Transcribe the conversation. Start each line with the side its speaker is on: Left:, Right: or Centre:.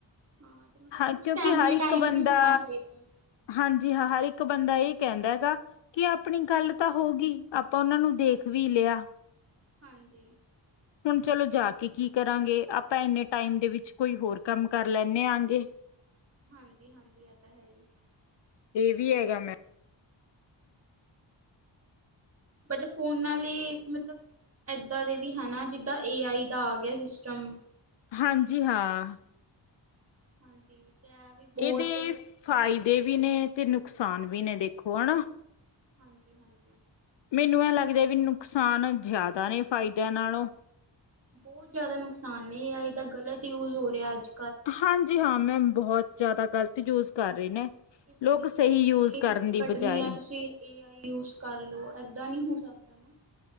Right: ਹਾਂ ਤੇ ਮਤਲਬ
Left: ਹਾਂ,
Right: ਕੁਛ
Left: ਕਿਉਂਕਿ
Right: ਫੈਮਿਲੀ
Left: ਹਰ ਇੱਕ
Right: ਟਾਈਮ
Left: ਬੰਦਾ।
Right: ਵੀ ਹੋਣਾ ਚਾਹੀਦਾ ਹੈ
Left: ਹਾਂਜੀ, ਹਾਂ। ਹਰ ਇੱਕ ਬੰਦਾ ਇਹ ਕਹਿੰਦਾ ਹੈਗਾ ਕਿ ਆਪਣੀ ਗੱਲ ਤਾਂ ਹੋ ਗਈ ਉਹਨਾਂ ਨੂੰ ਦੇਖ
Right: ਹਾਂਜੀ
Left: ਵੀ ਲਿਆ
Right: <inaudible>
Left: ਹੁਣ ਚਲੋ ਜਾ ਕੇ ਕੀ ਕਰਾਂਗੇ ਆਪਾਂ ਇੰਨੇ ਟਾਈਮ ਦੇ ਵਿੱਚ ਕੋਈ ਹੋਰ ਕੰਮ ਕਰ ਲੈਣੇ ਆ ਅੱਗੇ
Right: <inaudible>
Left: ਫ੍ਰੀ ਹੈਗਾ ਮੈਂ
Right: ਬਟ ਫੋਨਾਂ ਲਈ ਮਤਲਬ ਏਦਾਂ ਦੇ ਵੀ ਹੈ ਨਾ ਜਿੱਦਾਂ ਏ ਆਈ ਦਾ ਆ ਗਿਆ ਸਿਸਟਮ
Left: ਹਾਂਜੀ ਹਾਂ
Right: <inaudible> ਬਹੁਤ
Left: ਇਹਦੇ ਫਾਇਦੇ ਦੇ ਵੀ ਨੇ ਤੇ ਨੂੰ ਨੁਕਸਾਨ ਵੀ ਨੇ ਦੇਖੋ ਹੈਨਾ
Right: ਹ <inaudible>
Left: ਮੈਨੂੰ ਐ ਲੱਗ ਰਿਹੈ ਵੀ ਨੁਕਸਾਨ ਜਾਦਾ ਨੇ ਫਾਇਦਿਆਂ ਨਾਲੋਂ
Right: ਬਹੁਤ ਜ਼ਿਆਦਾ ਨੁਕਸਾਨ ਨਹੀਂ ਹੈ ਇਹਦਾ ਗ਼ਲਤ ਯੂਜ਼ ਹੋ ਰਿਹਾ ਅੱਜ
Left: ਹਾਂਜੀ ਹਾਂ ਮੈਮ ਬਹੁਤ ਜਿਆਦਾ ਗ਼ਲਤ ਯੂਜ਼ ਕਰ ਰਹੇ ਨੇ
Right: <unintelligible>
Left: ਲੋਕ
Right: ਦੁਸ਼ਮਣੀ
Left: ਸਹੀ ਯੂਜ ਕਰਨ
Right: ਤੁਸੀਂ
Left: ਦੀ
Right: ਕੱਢਣੀ
Left: ਬਜਾਏ
Right: ਹੈ ਤੁਸੀਂ ਏ ਆਈ ਯੂਜ਼ ਕਰ ਲੋ ਏਦਾਂ ਨੀ ਹੋ ਸਕਦਾ <inaudible>